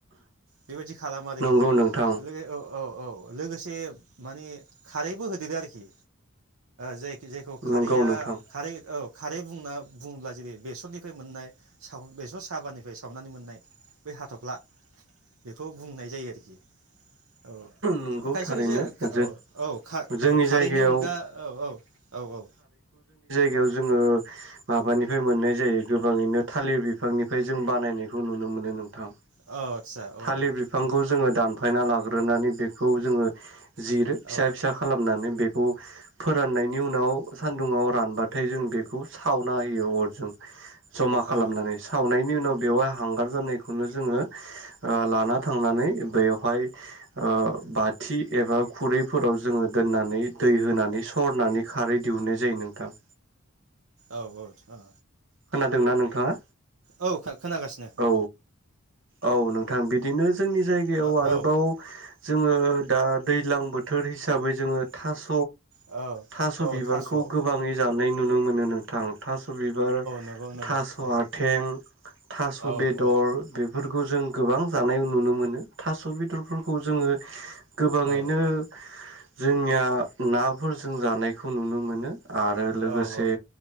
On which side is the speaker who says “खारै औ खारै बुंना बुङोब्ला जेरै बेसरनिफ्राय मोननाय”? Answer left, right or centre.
Right